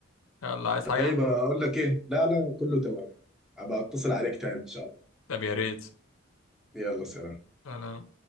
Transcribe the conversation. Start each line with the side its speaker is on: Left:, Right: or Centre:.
Left: يلا عايز حاجة؟
Centre: طيب اقول لك ايه لا لا كله تمام يعني. ابقى اتصل عليك تاني ان شاء الله
Left: طب يا ريت
Centre: يلا سلام
Left: لا لا